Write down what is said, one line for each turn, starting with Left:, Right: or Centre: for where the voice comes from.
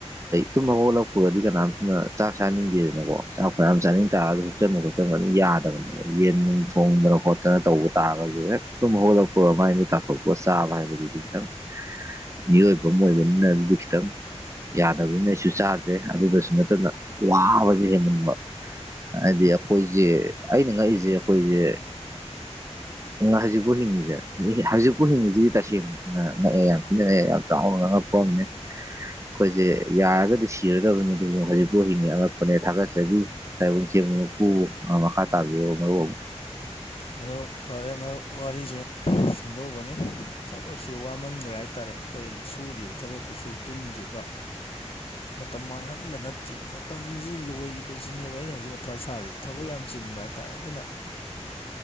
Right: ꯇꯨꯝ ꯑꯣꯂꯛꯄ ꯗꯤ ꯀꯅꯥꯝꯇꯅ ꯆꯥꯛ ꯆꯥꯅꯤꯡꯗꯦꯗꯅꯀꯣ ꯆꯥꯛ ꯀꯌꯥꯝ ꯆꯥꯅꯤꯡ ꯇꯥꯔꯗ ꯈꯨꯆꯕ ꯈꯣꯠꯆꯟꯕ ꯑꯗꯨꯝ ꯌꯥꯗꯕꯅꯦꯕ ꯌꯦꯟ ꯅꯨꯡ ꯊꯣꯡꯗꯅ ꯈꯣꯠꯇꯅ ꯇꯧꯕ ꯇꯥꯔꯒꯁꯨ ꯍꯦꯛ ꯑꯗꯨꯨꯝ ꯍꯧꯒꯠꯂꯛꯄ ꯃꯥꯏꯅ ꯇꯥꯊꯣꯛꯄ ꯆꯥꯕ ꯍꯥꯏꯕꯗꯨ ꯈꯤꯇꯪ ꯃꯤꯑꯣꯏꯕ ꯑꯃ ꯑꯣꯏꯕꯅꯤꯅ ꯑꯗꯨ ꯈꯤꯇꯪ ꯌꯥꯗꯕꯅꯤꯅ ꯑꯩꯁꯨ ꯆꯥꯗ꯭ꯔꯦ ꯑꯗꯨꯗꯁꯨ ꯅꯠꯇꯅ ꯋꯥꯕꯁꯦ ꯍꯦꯟꯃꯟꯕ ꯍꯥꯏꯗꯤ ꯑꯩꯈꯣꯏꯁꯦ ꯑꯩꯅ ꯉꯛꯏꯁꯦ ꯑꯩꯈꯣꯏꯁꯦ ꯍꯧꯖꯤꯛꯄꯨ ꯍꯤꯡꯉꯤꯤꯁꯦ ꯍꯧꯖꯤꯛꯄꯨ ꯍꯤꯡꯉꯤꯁꯤꯗꯤ ꯇꯁꯦꯡꯅꯅ ꯉꯛꯑꯦ ꯌꯥꯝ ꯊꯤꯅꯛꯑꯦ ꯌꯥꯝ ꯆꯥꯎ <inaudible> ꯑꯩꯈꯣꯏꯁꯦ ꯌꯥꯔꯒꯗꯤ ꯁꯤꯔꯗꯕꯅꯤ ꯑꯗꯨꯕꯨ ꯍꯧꯖꯤꯛꯄꯨ ꯍꯤꯡꯉꯤ ꯑꯉꯛꯄꯅꯦ ꯊꯥꯒꯠꯆꯈꯤ ꯍꯥꯏꯕ ꯄꯨ ꯃꯈꯥ ꯇꯥꯕꯤꯌꯣ ꯃꯔꯨ ꯑꯃꯨꯛ
Left: ꯃꯔ ꯐꯔꯦ ꯋꯥꯔꯤꯁꯦ ꯁꯨꯝꯗꯧꯕꯅꯤ ꯊꯕ ꯀꯦ ꯋꯥꯃꯟꯈ꯭ꯔꯦ ꯍꯥꯏ ꯇꯥꯔꯦ ꯑꯩꯈꯣꯏꯅ ꯁꯨꯔꯤꯕ ꯊꯕꯛꯀꯨꯁꯨ ꯇꯨꯝꯗ꯭ꯔꯤꯕ ꯃꯇꯝ ꯃꯥꯡꯍꯟꯕ ꯅꯠꯇꯦꯕ ꯃꯇꯝꯁꯤ ꯂꯣꯏꯈꯤꯕꯁꯤꯅꯦꯕ ꯑꯩꯅ ꯍꯧꯖꯤꯛ ꯃꯊꯥ ꯁꯥꯔꯤꯁꯦ ꯊꯕꯛ ꯌꯥꯝ ꯆꯤꯟꯕ ꯍꯥꯏꯇꯥꯔꯦ ꯑꯗꯨꯅ